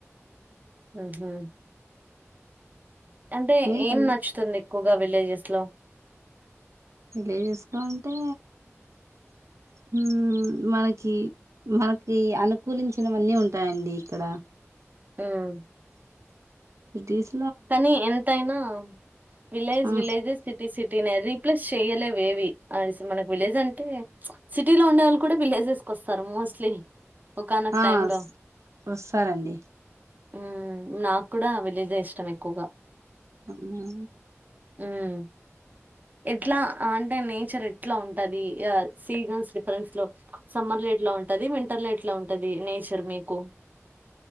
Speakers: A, on the right; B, on the right.
A: ఉహు అంటే
B: మీకన్
A: ఏం నచ్చుతుంది ఎక్కువగా విలేజెస్లో
B: విలేజెస్ లో అంటే ఉమ్ మనకి మనకి అనుకూలించినవన్నీ ఉంటాయండి ఇక్కడ
A: ఉమ్
B: ఇటీజ్
A: కానీ ఎంతయినా విలేజ్
B: ఆ
A: విలేజెస్ సిటీ సి సిటీ నే రీప్లేస్ చెయలేేవి మన విలేజ్ అంటే సిటీలో ఉండేవాళ్ళు కూడా వీలేజెస్ వస్తరూ మోస్ట్లీ ఒకానొక
B: ఆ
A: టైమ్ లో
B: స్ వస్తారండి
A: ఉమ్ నాకు కూడా విలేజే ఇష్టం ఎక్కువగా
B: అవునా
A: ఉమ్ ఎట్లా అంటే నేచర్ ఎట్లా ఉంటది సీజన్స్ డిఫరెంట్స్ లో సమ్మర్లో ఎట్ ఎట్లా ఉంటది వింటర్ లో ఎట్లా ఉంటది నేచర్ మీకు